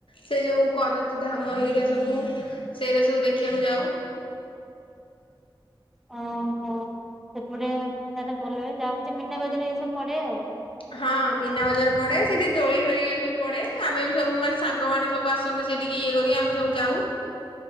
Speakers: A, on the left; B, in the centre.
A: ସେ ଯୋଉ କରନ୍ତି ଧାମ ହେରିକା ସବୁ। ସେଇରା ସବୁ ଦେଖିବାକୁ ଯାଉ।
B: ଓହୋ ସେପଟେ ତାର ଭଲ ହୁଏ ଯାହା ହଉଛି ମିନା ବଜାର ହେରିକା ସବୁ ପଡ଼େ ଆଉ।
A: ହଁ ମିନା ବଜାର ପଡ଼େ ସେଠି ଦୋଳି ଫୋଳି ଇଏ ସବୁ ପଡେ଼ ଆମେ ବି ସବୁ ମାନେ ସାଙ୍ଗମାନେ ସବୁ ଆସ ସନ୍ତି ସେଠିକି ଇଏ କରିକି ଆମେ ସବୁ ଯାଉ।